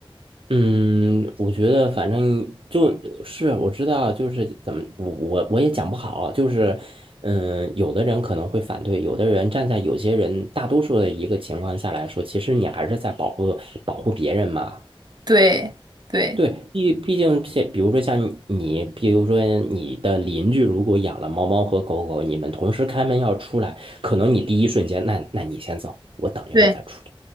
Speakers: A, on the right; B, on the right.
A: 嗯，我觉得反正就是我知道，就是怎么我我我也讲不好，就是嗯，有的人可能会反对，有的人站在有些人大多数的一个情况下来说，其实你还是在保护保护别人嘛。
B: <laughs> 对对，
A: 对，毕毕竟像比如说像你，比如说你的邻居如果养了猫猫和狗狗，你们同时开门要出来，可能你第一瞬间，那那你先走，我等一会儿再出。
B: 对
A: 去。